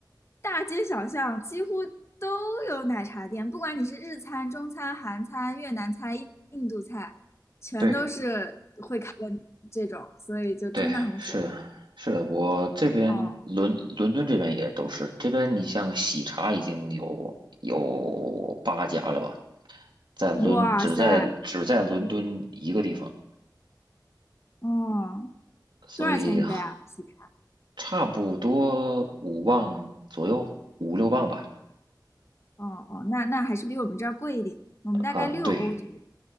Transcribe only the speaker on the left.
大街小巷几乎都有奶茶店，不管你是日餐、中餐、韩餐、越南菜、印印度菜，全都是会开的这种，
所以就真的很火。
哦，
哇塞！哦，
多少钱一杯啊？西餐？
哦哦，那那还是比我们这儿贵一点，我们大概六欧左右。